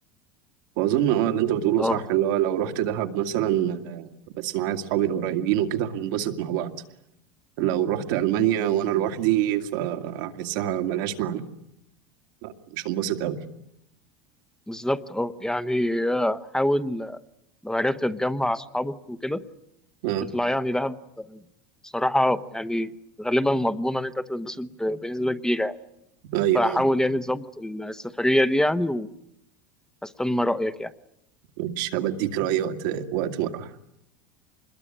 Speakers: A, on the right; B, in the centre.
A: وأظن أه اللي أنت بتقوله
B: اه
A: صح اللي هو لو رحت دهب مثلا آه، بس معايا أصحابي القريبين وكده هننبسط مع بعض لو رحت ألمانيا وأنا لوحدي فأحسها ملهاش معنى لا مش هنبسط أوي
B: بالظبط اه يعني آه، حاول آه، لو عرفت تجمع اصحابك وكده
A: أه
B: اطلع يعني دهب آه، بصراحه يعني غالبا مضمونه ان انت تنبسط ب- بنسبه كبيره يعني.
A: أيوه
B: فحاول يعني تظبط السفرية دي يعني وهستنى رأيك
A: مش هبديك رأي وقت وقت ما أروح